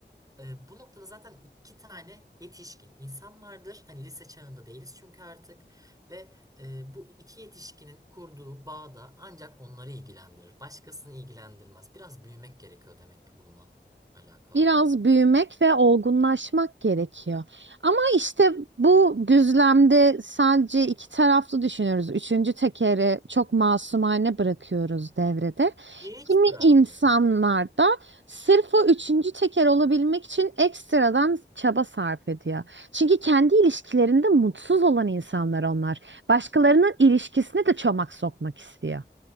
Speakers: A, on the right; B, on the right.
A: e, bu noktada zaten iki tane yetişkin insan vardır. Hani lise çağında değiliz çünkü artık ve e, bu iki yetişkinin kurduğu bağ da ancak onları ilgilendirir. Başkasını ilgilendirmez. Biraz büyümek gerekiyor demek ki bununla alakalı.
B: Biraz büyümek ve olgunlaşmak gerekiyor. Ama işte bu düzlemde sadece iki taraflı düşünüyoruz. Üçüncü tekeri çok masumane bırakıyoruz devrede.
A: Hiç
B: Kimi
A: bırakmıyorum.
B: insanlar da sırf o üçüncü teker olabilmek için ekstradan çaba sarf ediyor. Çünkü kendi ilişkilerinde mutsuz olan insanlar onlar. Başkalarının ilişkisine de çomak sokmak istiyor.